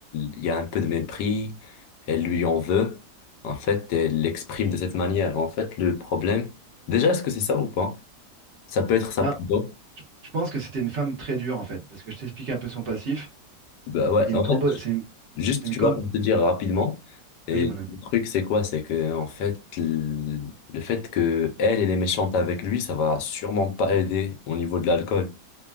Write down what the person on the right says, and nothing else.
ben,
Je, je pense que c'était une femme très dure en fait, parce que je t'explique un peu son passif.
C'est une
cambo,
c'est une,
c'est une
Cam-
Oui, mon ami.